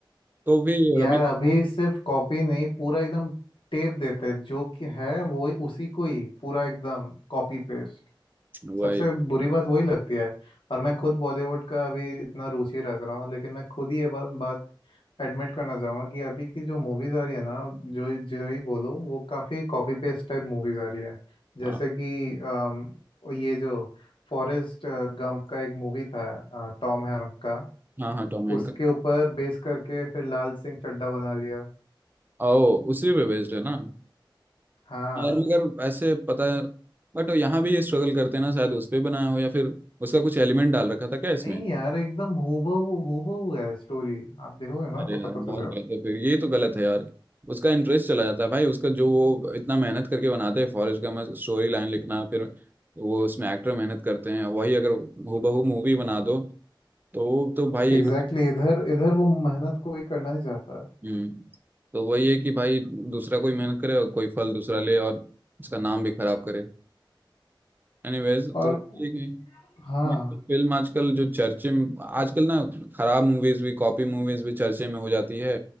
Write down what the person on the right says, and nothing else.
तो भी
अभी
वही
हाँ
हाँ हाँ टॉम हैंक
का
ओ उसी पे बेस्ड है ना
यार मगर ऐसे पता है बट यहाँ भी ये स्ट्रगल करते हैं ना शायद उस पे बनाया हो या फिर उसका कुछ एलिमेंट डाल रखा था क्या इसमें
अरे
यार बहुत
गलत है फिर ये तो गलत है यार उसका इंटरेस्ट चला जाता है भाई उसका जो वो इतना मेहनत करके बनाते हैं फॉरेस्ट गम स्टोरी लाइन लिखना फिर वो उसमें एक्टर मेहनत करते हैं वही अगर हूबहू मूवी बना दो तो वो तो भाई
हम्म तो वही है कि भाई दूसरा कोई मेहनत करे और कोई फल दूसरा ले और उसका नाम भी खराब करे एनीवेज
तो ये है कि
मैं- फिल्म आजकल जो चर्चे में आजकल ना खराब मूवीज भी कॉपी मूवीज भी चर्चे में हो जाती है